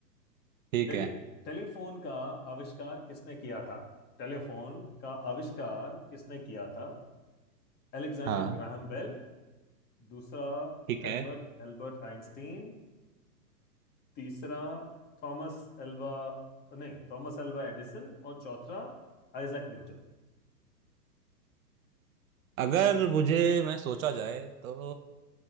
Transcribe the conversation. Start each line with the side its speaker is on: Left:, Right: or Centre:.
Right: ठीक
Left: टेली
Right: है
Left: टेलीफोन का आविष्कार किसने किया था टेलीफोन का आविष्कार किसने किया था Alexander
Right: हाँ
Left: Graham Bell दूसरा
Right: ठीक है
Left: एल्बर्ट एल्बर्ट आइंस्टीन तीसरा थॉमस एल्वा नहीं थॉमस एल्वा एडिसन और चौथा आइजैक न्यूटन
Right: अगर मुझे मैं सोचा जाए तो